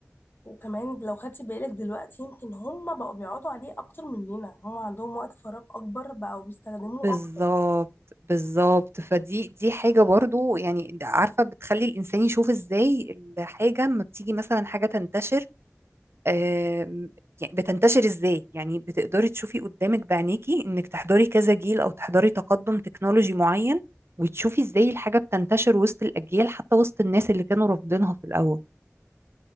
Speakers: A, on the left (about 45°); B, on the right (about 55°).
A: وكمان لو خدتي بالك دلوقتي يمكن هم بقوا بيقعدوا عليه اكتر مننا هم عندهم وقت فراغ اكبر بقوا بيستخدموه
B: بالظبط
A: اكتر
B: بالظبط فدي دي حاجة برضو يعني عارفة بتخلي الإنسان يشوف إزاي الحاجة لما بتيجي مثلا حاجة تنتشر آم، يعني بتنتشر ازاي يعني بتقدري تشوفي قدامك بعينيكي انك تحضري كذا جيل او تحضري تقدم تكنولوجي معين وتشوفي ازاي الحاجة بتنتشر وسط الاجيال حتى وسط الناس اللي كانوا رافضينها في الاول